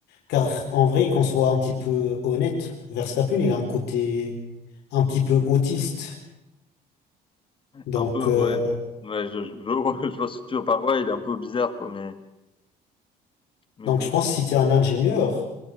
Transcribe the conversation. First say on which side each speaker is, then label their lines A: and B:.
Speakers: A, on the left; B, on the left.
A: Car en vrai, qu'on soit un petit peu honnête, Verstappen, il a un côté un petit peu autiste. Donc,
B: Un peu,
A: euh,
B: ouais. Ouais, je, je, je vois <laughs> je vois ce que tu veux par- Ouais, il est un peu bizarre, quoi, mais, mais
A: donc
B: bon.
A: je pense que si tu es un ingénieur